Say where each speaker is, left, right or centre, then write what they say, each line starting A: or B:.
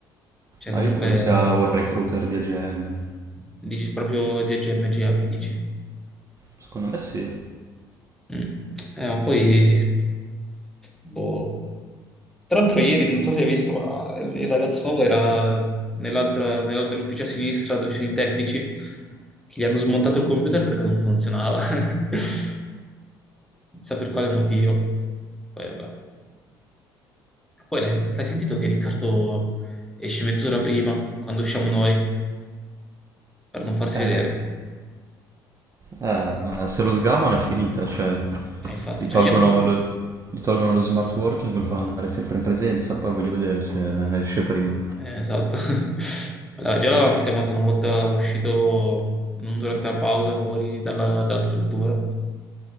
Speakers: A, in the centre; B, on the right.
A: Cioè, comunque,
B: No, io credo sia un recruiter di AGM.
A: dici proprio di AGM, GM, dici.
B: Secondo me sì.
A: Mm. Eh, ma poi... Boh. Tra l'altro ieri, non so se hai visto, ma il il ragazzo nuovo era nell'altra, nell'al- nell'ufficio a sinistra dove ci sono i tecnici, che gli hanno smontato il computer perché non funzionava. <laughs> Non so per quale motivo. Poi vabbè. Poi l'hai senti- l'hai sentito che Riccardo esce mezz'ora prima, quando usciamo noi, per non farsi
B: Eh,
A: vedere?
B: Eh, ma se lo sgamano è finita, cioè
A: E infatti
B: gli
A: già
B: tolgono
A: gli hanno fatto...
B: lo, gli tolgono lo smart working, lo fanno andare sempre in presenza, poi voglio vedere se esce prima.
A: Eh, esatto. <laughs> Allora, già l'avevano scamato una volta uscito, non durante la pausa, fuori dalla, dalla struttura,